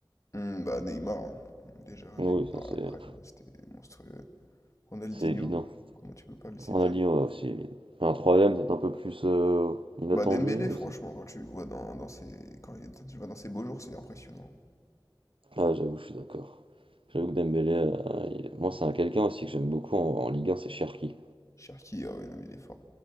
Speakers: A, on the left; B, on the right.
A: Hmm, bah Neymar, hein. déjà
B: Oui,
A: Neymar,
B: oui, ça c'est
A: après euh, c'était monstrueux. Ronaldinho,
B: c'est évident.
A: comment tu peux pas le citer?
B: On a dit ouais, aussi évident. Un troisième, peut-être un peu plus euh, inattendu,
A: Bah Dembélé, franchement,
B: je sais.
A: quand tu le vois dans, dans ses, quand il- quand tu le vois dans ses beaux jours, c'est impressionnant.
B: Ah, j'avoue, je suis d'accord. J'avoue que Dembélé, euh, il- moi c'est un quelqu'un aussi que j'aime beaucoup en, en Ligue 1, c'est Cherki.
A: Cherki, ah ouais, non mais il est fort.